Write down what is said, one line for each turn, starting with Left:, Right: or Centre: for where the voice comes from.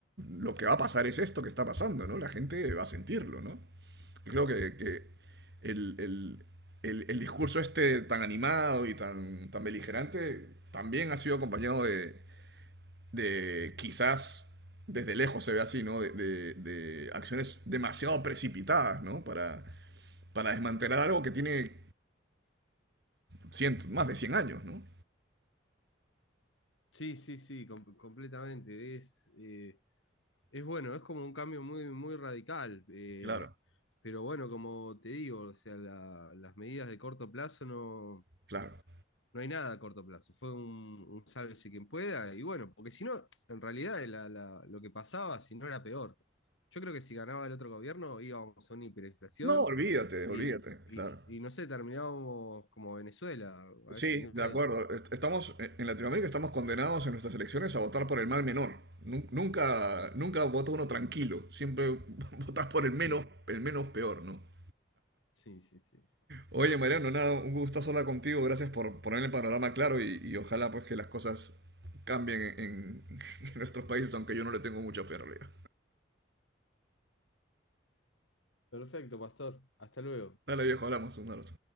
Right: lo que va a pasar es esto que está pasando, ¿no? La gente va a sentirlo, ¿no? Y creo que, que el, el, el, el, discurso este tan animado y tan, tan beligerante también ha sido acompañado de, de quizás desde lejos se ve así, ¿no? De, de, de acciones demasiado precipitadas, ¿no? Para para desmantelar algo que tiene cientos, más de 100 años, ¿no?
Left: sí, sí, sí, com- completamente. Es, eh, es bueno, es como un cambio muy, muy radical. eh,
Right: Claro,
Left: pero bueno, como te digo, o sea, la- las medidas de corto plazo no.
Right: claro.
Left: No hay nada a corto plazo. Fue un, un sálvese quien pueda. Y bueno, porque si no, en realidad la- la- lo que pasaba, si no era peor. Yo creo que si ganaba el otro gobierno íbamos a una hiperinflación
Right: No, olvídate,
Left: y,
Right: olvídate,
Left: y-
Right: claro.
Left: y no sé, terminábamos como Venezuela,
Right: Sí,
Left: a ese nivel.
Right: de acuerdo. Est- Estamos eh, en Latinoamérica estamos condenados en nuestras elecciones a votar por el mal menor. Nu- Nunca, nunca vota uno tranquilo. Siempre <laughs> votas por el menos,
Left: Sí,
Right: el menos peor, ¿no?
Left: sí, sí, sí.
Right: Oye, Mariano, nada, un gustazo hablar contigo. Gracias por poner el panorama claro y, y ojalá pues que las cosas cambien en, <laughs> en nuestros países, aunque yo no le tengo mucha fe en realidad.
Left: Perfecto, pastor. Hasta luego.
Right: Dale, viejo, hablamos. Un abrazo.